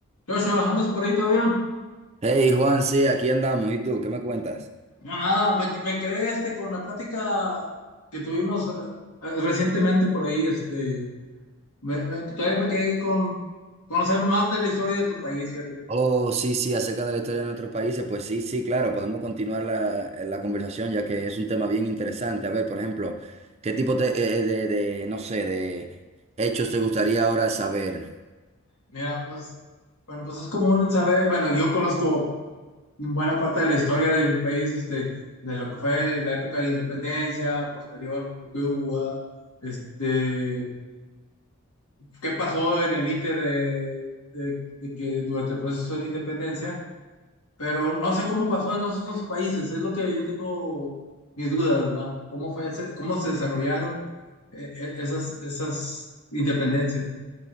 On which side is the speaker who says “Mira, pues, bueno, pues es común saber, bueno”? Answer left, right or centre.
Left